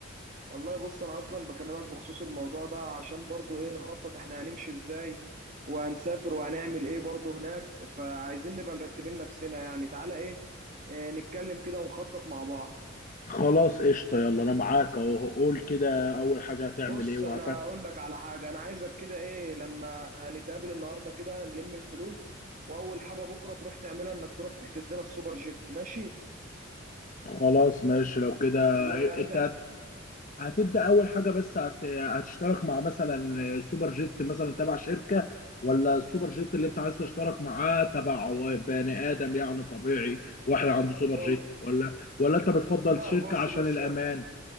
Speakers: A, on the right (about 40°); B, on the left (about 40°).
A: والله بص انا اصلا بكلمك بخصوص الموضوع ده عشان برضو ايه نخطط احنا هنمشي ازاي وهنسافر وهنعمل ايه برضو هناك فعايزين نبقى مرتبين نفسنا يعني تعالى ايه, إيه نتكلم كده ونخطط مع بعض.
B: خلاص قشطة يلا انا معاك اهو قول كده اول حاجة هتعمل
A: بص
B: ايه وهت
A: انا اقول لك على حاجة انا عايزك كده ايه لما نتقابل النهاردة كده نلم الفلوس واول حاجة بكرة تروح تعملها انك تروح تحجز لنا السوبر جيت ماشي؟
B: خلاص ماشي لو كده
A: وت...
B: إيه، انت هت... هتبدأ اول حاجة بس هت... هتشترك مع مثلا سوبر جيت مثلا تبع شركة ولا السوبر جيت اللي انت عايز تشترك معاه تبع بني ادم يعني طبيعي واحد عنده سوبر
A: والله
B: جيت ولا ولا انت بتفضل
A: لا
B: شركة
A: بص
B: عشان
A: بص
B: الامان